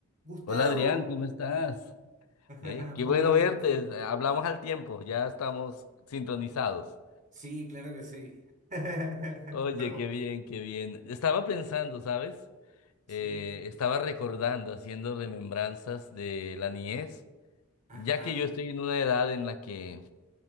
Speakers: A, on the right; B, on the left.
A: Gustavo.
B: Hola Adrián, ¿cómo estás?
A: <laughs>
B: Eh, qué
A: Muy
B: bueno
A: bien.
B: verte. eh, Hablamos al tiempo, ya estamos sintonizados.
A: Sí, claro que sí. <laughs> Estamos.
B: Oye, qué bien, qué bien. Estaba pensando, ¿sabes?
A: Sí.
B: Eh, estaba recordando, haciendo remembranzas de la niñez,
A: Ajá,
B: ya que yo estoy en una edad en la que,